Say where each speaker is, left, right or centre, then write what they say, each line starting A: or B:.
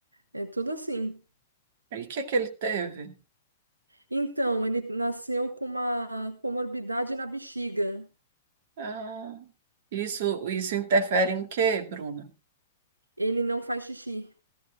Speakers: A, on the right (about 85°); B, on the right (about 50°).
A: é tudo assim.
B: E o que que ele teve?
A: Então, ele nasceu com uma comorbidade na bexiga.
B: Ah, isso, isso interfere em quê, Bruna?
A: Ele não faz xixi.